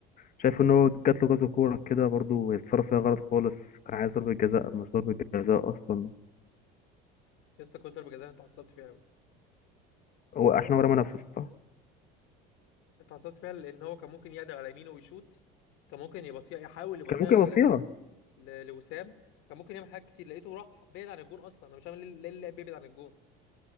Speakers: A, on the left; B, on the left.
A: شايف ان هو جات له كذا كوره كده برضو يتصرف فيها غلط خالص كان عايز ضربه جزاء مش ضربه جزاء اصلا
B: يا اسطى كل ضربه جزاء أنا اتعصبت فيها قوي
A: هو عشان هو رمى نفسه صح
B: اتعصبت فيها لان هو كان ممكن يقدر على يمينه ويشوط كان ممكن يبصيها يحاول يبصيها
A: كان ممكن
B: ل...
A: يوصيها
B: ل... لوسام كان ممكن يعمل حاجات كتير لقيته راح بعيد عن الجون اصلا انا مش فاهم ليه ليه اللاعب بيبعد عن الجون